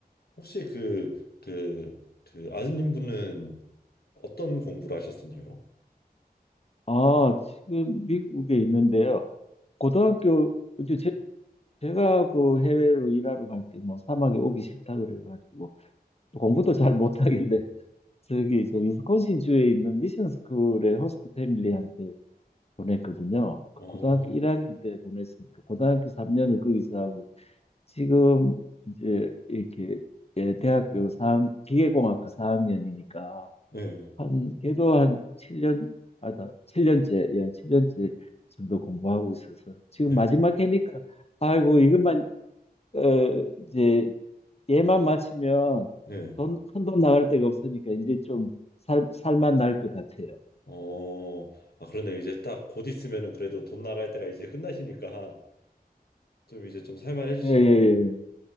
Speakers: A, on the left; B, on the left.
A: 혹시 그, 그, 그 아드님 분은 어떤 공부를 하셨었나요?
B: 아, 지금 미국에 있는데요. 고등학교, 이제 제, 제가 그 해외로 일하러 갈 때 뭐 사막에 오기 싫다 그래가지고 공부도 잘 못하길래 <laughs> 저기 저 위스콘신 주에 있는 미션 스쿨의 호스트 패밀리한테 보냈거든요.
A: 어,
B: 고등학교 1학년 때 보냈으니까 고등학교 3년을 거기서 하고 지금 이제 이렇게 예, 대학교 4, 기계공학과 4학년이니까
A: 네,
B: 한, 걔도 한 7년, 아, 나 칠 년째 예, 칠 년째 정도 공부하고 있어서. 지금
A: 네,
B: 마지막 해니까, 아이고, 이것만, 어, 이제, 얘만 마치면
A: 네.
B: 돈, 큰 돈 나갈 데가 없으니까 이제 좀 살, 살만 날 것 같아요.
A: 어, 아, 그런데 이제 딱 곧 있으면은 그래도 돈 나갈 때가 이제 끝나시니까 좀 이제 좀 살만해지시겠네요.
B: 예, 예, 예.